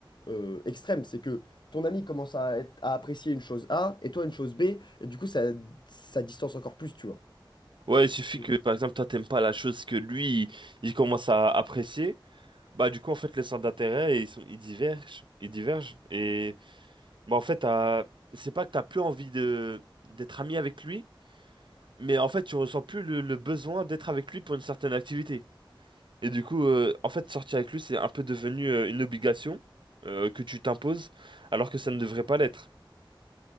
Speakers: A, on the left; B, on the right.
A: euh, extrême. C'est que ton ami commence à, être- à apprécier une chose A et toi une chose B, et du coup, ça, ça distance encore plus, tu vois.
B: Ouais, il suffit
A: Donc,
B: que, par exemple, toi, t'aimes pas la chose que lui, il, il commence à apprécier. Bah, du coup, en fait, les centres d'intérêt, ils sont, ils divergent. Ils divergent. Et, bah, en fait, t'as- c'est pas que t'as plus envie de, d'être ami avec lui, mais en fait, tu ressens plus le le besoin d'être avec lui pour une certaine activité. Et du coup, euh, en fait, sortir avec lui, c'est un peu devenu euh, une obligation euh, que tu t'imposes, alors que ça ne devrait pas l'être,